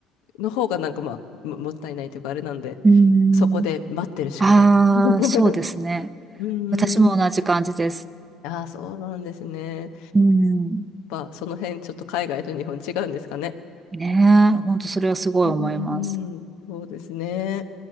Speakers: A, on the left; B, on the right.
A: の方がなんかまあも、もったいないというかあれなんで、
B: うん。
A: そこで待ってるしかないとか。
B: ああ、
A: <laughs>
B: そうですね。
A: うーん。
B: 私も同じ感じです。
A: <laughs> ああ、そうなんですね。やっ
B: うん。
A: ぱその辺ちょっと海外と日本違うんですかね。
B: ねえ、本当それはすごい思います。
A: うーん。そうですね。